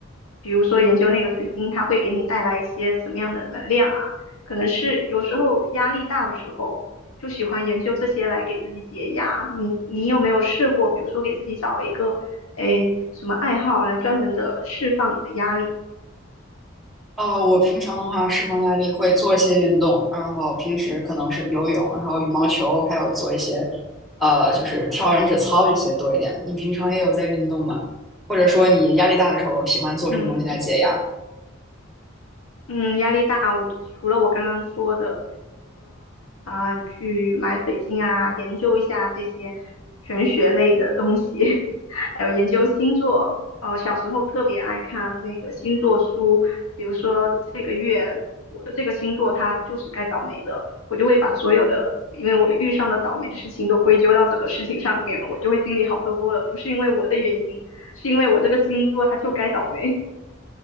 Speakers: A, on the left (about 85°); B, in the centre.
A: 比如说研究那个水晶，它会给你带来一些什么样的能量啊？可能是有时候压力大的时候，就喜欢研究这些来给自己解压。你你有没有试过，比如说给自己找一个，诶，什么爱好啊，专门的释放你的压力？
B: 哦，我平常的话，释放压力会做一些运动，然后平时可能是游泳，然后羽毛球，还有做一些，呃，就是跳燃脂操这些多一点。你平常也有在运动吗？或者说你压力大的时候喜欢做什么东西来解压？
A: 嗯嗯，压力大，我除了我刚刚说的。啊、去买水晶啊，研究一下这些玄学类的东西，<laughs> 还有研究星座。呃，小时候特别爱看那个星座书，比如说这个月我的这个星座它就是该倒霉的，我就会把所有的因为我遇上的倒霉的事情都归咎到这个事情上面，我就会心里好受多了。不是因为我的原因，是因为我这个星座它就该倒霉。